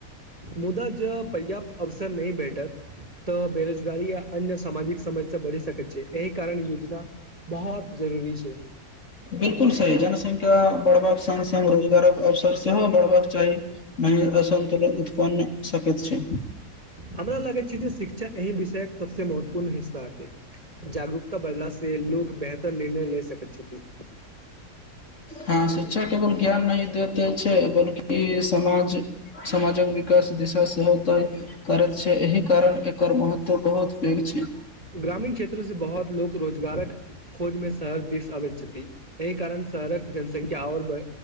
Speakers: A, on the right (about 25°); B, on the left (about 50°).
A: मुदा ज पर्याप्त अवसर नहि बैठ े तऽ बेरोजगारी य अन्य सामाजिक समस्या बढ़ि सकैत छै एहि कारण योजना कावत बहुत जरूरी छै
B: बिलकुल सही छै बढ़बाक संग स्ग रोजगारक अवसर सेहो बढ़बाक चाही नहि असन्तुलन उत्पन्न नहि सकैत छै
A: हमरा लगैत शिक्षा एहि विषय सबसँ महत्वपूर्ण हिस्सा छैक जागरूकता बढ़ला से से लोकोग बेहतर निर्णय ले सकैत छथिन
B: हँ शिक्षा केवल ज्ञान नहि दैत छै बल्कि समाज समाजक विकास दिशा सेहो तय करैत छै एहि कारण एकर महत्व बहुत पैघ छै
A: ग्रामीण क्षेत्र से बहुत लोक रोजगारक खोजमे शहर दिस अबैत छथि एहि कारण शहरक जनसंख्या आओर